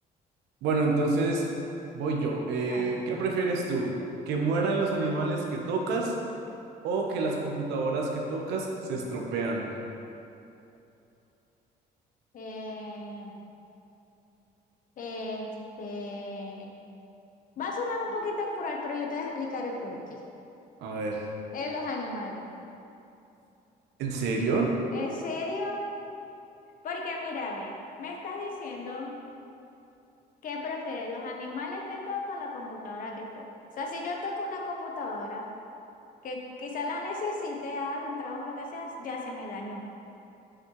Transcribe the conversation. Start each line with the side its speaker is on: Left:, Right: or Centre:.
Right: Bueno, entonces voy yo. Eh,
Left: Ah,
Right: ¿qué prefieres tú? ¿Que mueran los animales que tocas o que las computadoras que tocas se estropean?
Left: eh, este. Va a sonar un poquito cruel, pero yo te voy a explicar el por qué.
Right: A ver,
Left: Eh, los animales.
Right: ¿en serio?
Left: ¿En serio? Porque mira, ve, me estás diciendo que prefieres los animales que toco o la computadora que toco. O sea, si yo toco una computadora, que quizás la necesite a algún trabajo, lo que sea, ya se me dañó.